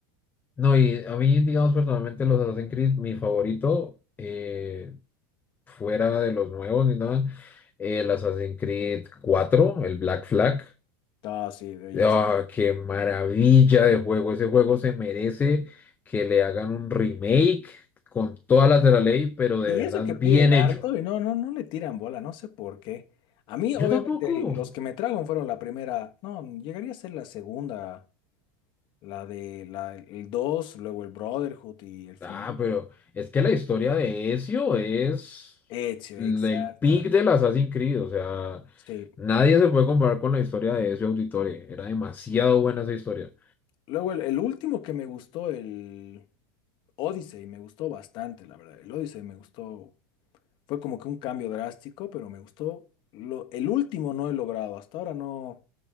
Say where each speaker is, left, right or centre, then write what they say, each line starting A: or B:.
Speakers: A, on the left; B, on the left.
A: No, y a mí, digamos, personalmente los Assassin's Creed, mi favorito, eh, fuera de los nuevos ni nada, eh, el Assassin's Creed cuatro el Black Flag.
B: Ah, sí, belleza.
A: ¡Ah, qué maravilla de juego! Ese juego se merece que le hagan un remake con todas las de la ley, pero de
B: Y
A: verdad
B: eso que
A: bien
B: piden harto
A: hecho.
B: y no, no, no le tiran bola, no sé por qué. A mí, obviamente,
A: Yo tampoco.
B: los que me tragan fueron la primera, no, llegaría a ser la segunda, la de la, el 2 luego el Brotherhood y el final.
A: Ah, pero es que la historia de Ezio es
B: Ezio,
A: l-
B: exacta.
A: el pic del Assassin's Creed, o sea,
B: Sí.
A: nadie se puede comparar con la historia de Ezio Auditore, era demasiado buena esa historia.
B: Luego el, el último que me gustó, el Odyssey, me gustó bastante, la verdad. El Odyssey me gustó Fue como que un cambio drástico, pero me gustó. Lo, el último no he logrado. Hasta ahora no,